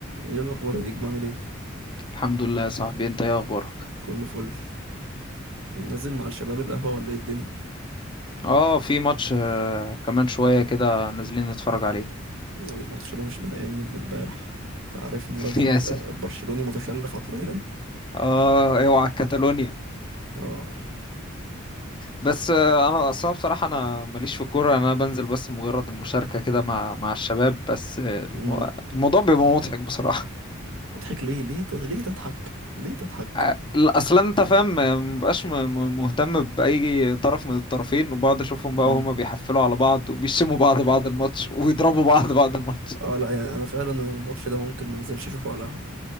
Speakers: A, on the right; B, on the left.
A: ايه الاخبار يا نجم عامل ايه
B: الحمد لله يا صاحبي انت ايه اخبارك
A: كله فل نازل مع الشباب القهوه ولا ايه الدنيا
B: اه في ماتش آه، كمان شوية كده نازلين نتفرج عليه
A: الماتش ده مش مضايقني من امبارح تعرفني
B: <laughs>
A: راجل
B: يا ساتر
A: آه، برشلوني متخلف عقليا
B: اه اوعى كاتالونيا
A: اه
B: بس آه، انا اصلا بصراحة انا ماليش في كورة انا بنزل بس مجرد المشاركة كده مع مع الشباب بس آه، المو...
A: امم
B: الموضوع بيبقى مضحك بصراحة <laughs>
A: مضحك ليه ليه ت... ليه تضحك ليه تضحك
B: آه، اصلا انت فاهم آه، مبقاش م- م- مهتم باي طرف من الطرفين وبقعد اشوفهم
A: امم
B: بقى وهما بيحفلوا على بعض وبيشموا بعض بعد الماتش ويضربوا بعض بعد الماتش
A: اه لا يعني انا فعلا الماتش ده ممكن ما انزلش اشوفه على القهوه